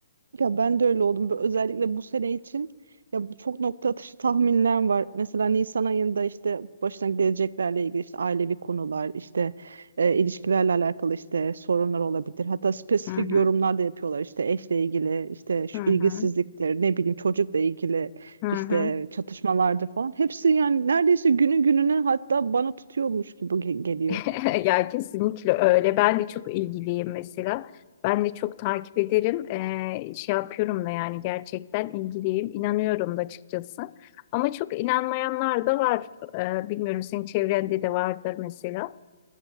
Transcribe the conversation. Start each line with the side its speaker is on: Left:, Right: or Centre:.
Right: Ya ben de öyle oldum. Bö- Özellikle bu sene için ya bu çok nokta atışı tahminler var. Mesela Nisan ayında işte başına geleceklerle ilgili işte ailevi konular, işte e, ilişkilerle alakalı işte sorunlar olabilir. Hatta spesifik
Left: Hı hı,
Right: yorumlar da yapıyorlar. İşte eşle ilgili, işte şu
Left: hı hı,
Right: ilgisizlikler, ne bileyim çocukla ilgili
Left: hı hı.
Right: işte çatışmalardır falan. Hepsi yani neredeyse günü gününe hatta bana tutuyormuş gibi ge- geliyor.
Left: <laughs> Ya kesinlikle öyle. Ben de çok ilgiliyim mesela. Ben de çok takip ederim. Ee, şey yapıyorum da yani gerçekten ilgiliyim. İnanıyorum da açıkçası. Ama çok inanmayanlar da var. Ee, bilmiyorum senin çevrende de vardır mesela.